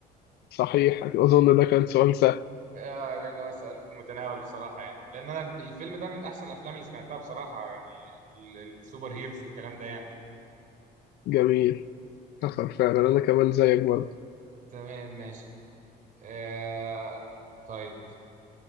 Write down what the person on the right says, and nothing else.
آه لان هو سؤال في المتناول بصراحة يعني لان انا الفيلم ده من احسن الافلام اللي سمعتها بصراحة يعني ال- السوبر هيروز والكلام ده يعني
تمام ماشي آه طيب